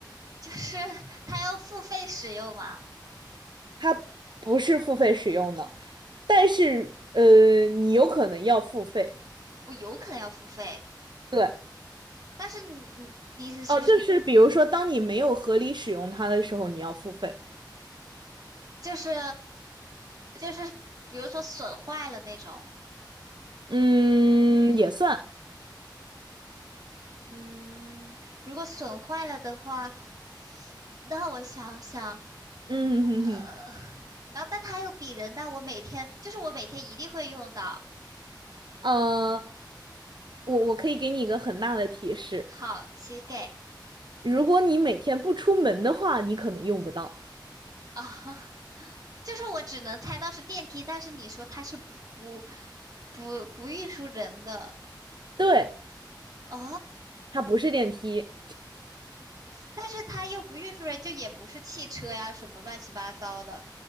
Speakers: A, on the right; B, on the right.
A: 就是 <laughs> 它要付费使用吗？
B: 它不是付费使用的，但是呃，你有可能要付费。
A: 我有可能要付费。
B: 对，
A: 但是你你你意思就是
B: 哦，就是比如说，当你没有合理使用它的时候，你要付费。
A: 就是就是比如说损坏了那种，
B: 嗯，也算。
A: 嗯，如果损坏了的话，那我想想，
B: 嗯哼哼，
A: 呃，然后但它又比人大，我每天就是我每天一定会用到。
B: 呃，我我可以给你一个很大的提示，
A: 好，请给
B: 如果你每天不出门的话，你可能用不到。
A: 啊，<laughs> 就是我只能猜到是电梯，但是你说它是不不不不运输人的
B: 对，
A: 哦，
B: 它不是电梯，
A: 但是它又不运输人，就也不是汽车呀，什么乱七八糟的